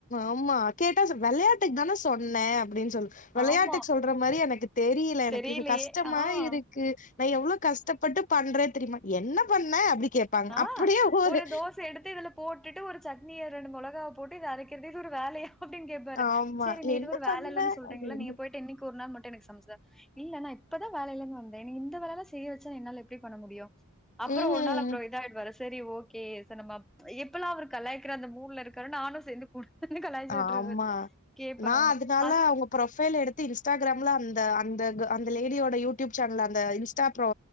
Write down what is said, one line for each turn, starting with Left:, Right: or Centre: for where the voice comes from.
Left: ஆமா கேட்டாஸ் வெளையாட்டுக் தான சொன்னே அப்டின் சொல் வெளையாட்டுக்
Centre: ஆமா.
Left: சொல்ற மாரி எனக்கு தெரில எனக்கு
Centre: தெரியலையே!
Left: இது கஷ்டமா
Centre: ஆ.
Left: இருக்கு நா எவ்ளோ கஷ்டப் பட்டு பண்றே தெரிமா என்ன பண்ண அப்டி கேப்பாங்க
Centre: ஆ
Left: அப்படியே ஒரு
Centre: தோச எடுத்து இதுல போட்டுட்டு ஒரு சட்னிய ரெண்டு மொளகாவ போட்டு இத அரைக்கிறது இது ஒரு வேலயா அப்டின் கேப்பாரு
Left: ஆமா
Centre: செரி நீ
Left: என்ன
Centre: இது ஒரு வேல
Left: பண்ண
Centre: இல்லனு சொல்றீங்ள
Left: அப்டின்னு
Centre: நீங்க போய்ட்டு இன்னக்கி ஒரு நாள் மட்டு எனக்கு சமச்சிதர இல்ல நா இப்பதா வேலலேந் வந்தே இந்த வேலலா செய்ய வெச்சா என்னால எப்டி பண்ண முடியு அப்பறோ
Left: ம்
Centre: ஒரு நாள் அ வர செரி ஓகே சேர் நம்ம எப்பல்லா அவரு கலாயிக்கிற அந்த மூட்ல இருக்காரோ நானு சேந்து கூட <unintelligible> கலாய்ச்சி விட்றது
Left: ஆமா
Centre: கேப்ப
Left: நா
Centre: நானு
Left: அதனால
Centre: அது
Left: அவங்க ப்ரொஃபைல் எடுத்து இன்ஸ்டாகிராம்ல அந்த அந்த அங் அந்த லேடியோட யூடியூப் சேனல்ல அந்த இன்ஸ்டா ப்ரோ